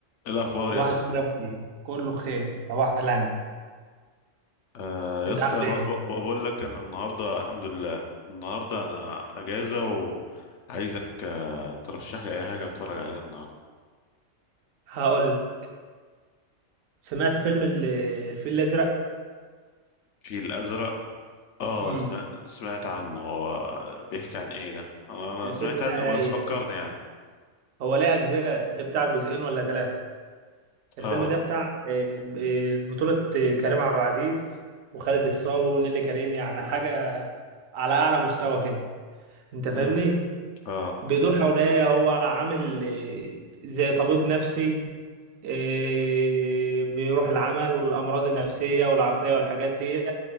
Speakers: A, on the left (about 70°); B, on the right (about 85°).
A: إيه الاخبار
B: صباح
A: يا اسطى
B: الفل يا مدير كله بخير صباح الهنا
A: آه يا
B: انت
A: اسطى
B: عامل ايه
A: ب- ب- بقول لك ان النهارده الحمد لله النهارده انا اجازه وعايزك آه ترشح لي اي حاجه اتفرج عليها النهارده
B: هقول سمعت فيلم ال- الفيل الازرق
A: الفيل الازرق اه
B: امم
A: سمعت, سمعت عنه هو بيحكي عن ايه ده انا انا
B: الفيلم
A: سمعت عنه
B: ده هايل
A: بس فكرني يعني
B: هو ليه اجزاء ليه بتاع جزئين ولا ثلاثه الفيلم
A: اه
B: ده بتاع آه، آه، بطوله آه، كريم عبد العزيز وخالد الصاوي ونيلي كريم يعني حاجه على اعلى مستوى كده انت فاهمني
A: مم. اه
B: بيدور حواليا هو عامل آه، زي طبيب نفسي آه، بيروح العمل والأمراض النفسية والعقلية والحاجات دي